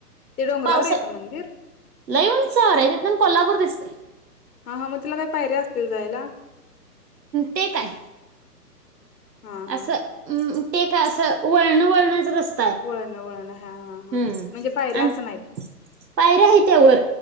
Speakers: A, on the left; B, on the right.
A: ते डोंगरावर
B: पावसा
A: हाय का मंदिर?
B: लई उंचावर आहे तिथून कोल्हापूर दिसतय.
A: हा हा मग म्हटलं काही पायर्‍या असतील जायला.
B: तेे काय
A: हां, हां.
B: असं हम् <unintelligible> का असं वळण वळणच रस्त
A: वळणं वळणं हां, हां, हां.
B: हम्म
A: म्हणजे पायऱ्या
B: आणि
A: असं नाहीत.
B: पायऱ्या आहेत त्या वर